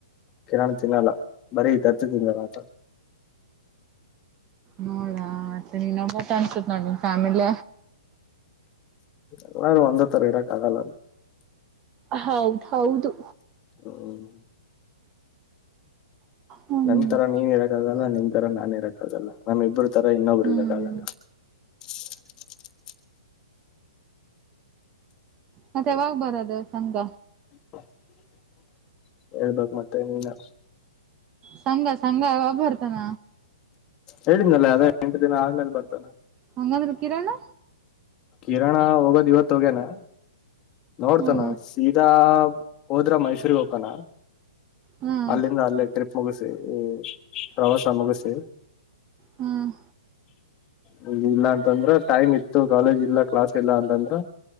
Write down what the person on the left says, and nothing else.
ಕಿರಣ್ ತಿನ್ನಲ್ಲ ಬರೀ ಕತ್ತುದ್ದಣಾಂತ <inaudible>
ಎಲ್ಲಾರ್ ಒಂದೇ ತರ ಇರಕ್ಕೆ ಆಗಲ್ಲ
ಹ್ಮ
ನನ್ ತರ ನೀವ ಇರಕ್ಕಾಗಲ್ಲ ನಿನ್ ತರ ನಾನೇ ಇರಕ್ಕ ಆಗಲ್ಲ ನಮಮ್ಮ ಇಬ್ಬರು ತರ ಇನ್ನೊಬ್ರು
ಇರ <unintelligible>
<inaudible> ಹೇಳ್ಬೇಕ್ ಮತ್ತೆ ನೀನಾ.
ಹೇಳಿದ್ನಲ್ಲ ಅದ ಎಂಟು ದಿನ ಆದ್ಮೇಲೆ ಬರ್ತಾನ.
ಕಿರಣ ಹೋಗೋದ್ ಇವತ್ತು ಹೋಗ್ಯನಾ. ನೋಡ್ತಾನ
ಸೀದಾ ಹೋದ್ರ ಮೈಸೂರ್ರಿಗೆ ಹೋಗಕಣ.
ಅಲ್ಲಿಂದ ಅಲ್ಲೇ ಟ್ರಿಪ್ ಮುಗಿಸಿ ಈ ಪ್ರವಾಸ ಮುಗಸೀ.
ಹ್ಮರಿ <inaudible> ಇಲ್ಲ ಅಂತಂದ್ರ ಟೈಮ್ ಇತ್ತು ಕಾಲೇಜ್ ಇಲ್ಲ ಕ್ಲಾಸ್ ಇಲ್ಲ ಅಂತಂದ್ರ